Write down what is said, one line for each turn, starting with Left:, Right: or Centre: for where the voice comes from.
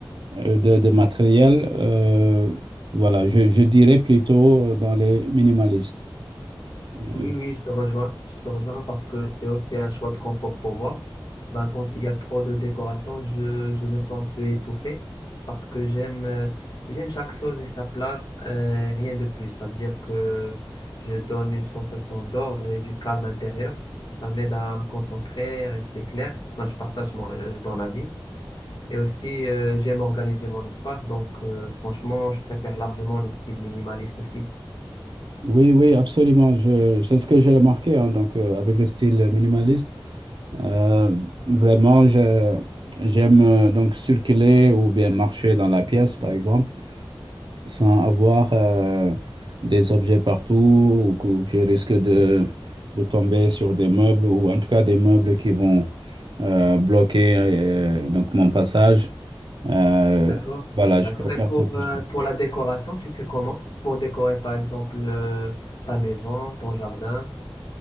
Right: euh, de, de matériel. Euh, voilà, je, je dirais plutôt euh, dans les minimalistes. Euh,
Left: Oui, oui, je te rejoins. Je te rejoins parce que c'est aussi un choix de confort pour moi. Ben, quand il y a trop de décoration, je, je me sens un peu étouffé parce que j'aime euh, j'aime chaque chose et sa place, euh, rien de plus. Ça veut dire que je donne une sensation d'ordre et du calme intérieur. Ça m'aide à me concentrer, rester clair. Moi, je partage mon, euh, ton avis. Et aussi, euh, j'aime organiser mon espace, donc euh, franchement, je préfère largement le style minimaliste aussi.
Right: Oui, oui, absolument. Je, c'est ce que j'ai remarqué, hein, donc euh, avec le style minimaliste. Euh, vraiment, je- j'aime euh, donc circuler ou bien marcher dans la pièce, par exemple. sans avoir euh, des objets partout ou que je risque de, de tomber sur des meubles ou en tout cas des meubles qui vont euh, bloquer euh, donc mon passage. Euh,
Left: D'accord.
Right: voilà,
Left: D'accord.
Right: je préfère
Left: Et pour,
Right: cette
Left: euh,
Right: espace.
Left: pour la décoration, tu fais comment? Pour décorer, par exemple, euh, ta maison, ton jardin.